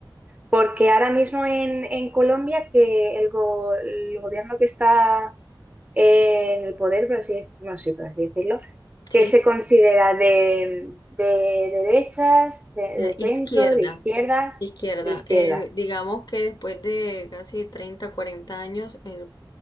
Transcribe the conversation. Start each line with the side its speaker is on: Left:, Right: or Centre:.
Right: Porque ahora mismo en, en Colombia que el, go- el gobierno que está eh, en el poder, por así, no, sí, por así decirlo,
Left: ¿sí?
Right: que se considera de, de derechas, de, de
Left: Eh, Izquierda,
Right: centro, de izquierdas,
Left: izquierda.
Right: de izquierdas.
Left: Eh, digamos que después de casi 30 40 años, el